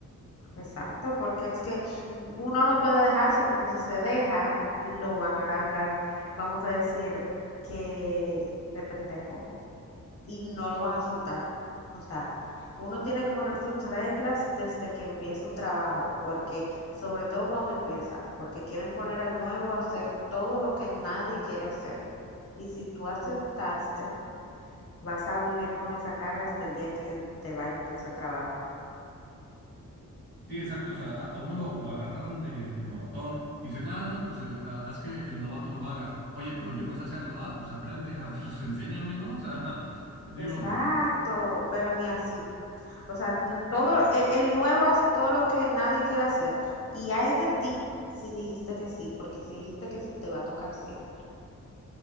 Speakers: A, on the left; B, on the right.
A: exacto, porque es que n- uno no puede dejarse, porque si se deja, lo van a agarrar, vamos a decir, que de pendejo. y no lo van a soltar. O sea, uno tiene que poner sus reglas desde que empieza un trabajo, porque sobre todo cuando empieza, porque quieren poner al nuevo a hacer todo lo que nadie quiere hacer. Y si tú aceptaste, vas a vivir con esa carga hasta el día que te vayas a ese trabajo.
B: Sí, exacto. O sea, a, a uno lo, lo agarran de, de novatón y dicen, ah, no, pues eh, ah, haz que el novato lo haga. Oye, pero
A: Ujú.
B: yo no sé hacerlo. Ah, pues aprende. <laughs> Ah, pues enséñame, ¿no? O sea, <laughs> digo,
A: Exacto, pero ni así. O sea, todo e- el nuevo hace todo lo que nadie quiere hacer. Y hay de ti si dijiste que sí, porque si dijiste que sí te va a tocar siempre.